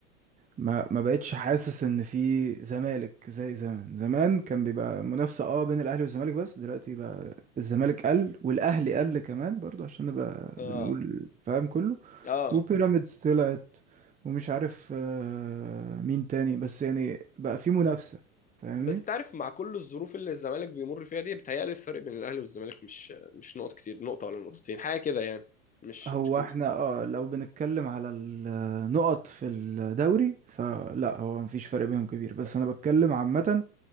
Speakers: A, on the right; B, on the left.
A: ما ما بقتش حاسس ان في زمالك زي زمان زمان كان بيبقى منافسة اه بين الاهلي والزمالك بس دلوقتي بقى الزمالك قل والاهلي قل كمان برضو عشان نبقى
B: <laughs> اه
A: بنقول فاهم كله
B: اه
A: وبيراميدز طلعت ومش عارف آه، مين تاني بس يعني بقى في منافسة فاهمني
B: بس تعرف مع كل الظروف اللي الزمالك بيمر فيها دي بتهيألي الفرق بين الاهلي والزمالك مش مش نقط كتير نقطه ولا نقطتين حاجه كده يعني مش
A: هو
B: مش كبير
A: احنا اه لو بنتكلم على النقط في الدوري فلا هو مفيش فرق بينهم كبير بس انا بتكلم عامة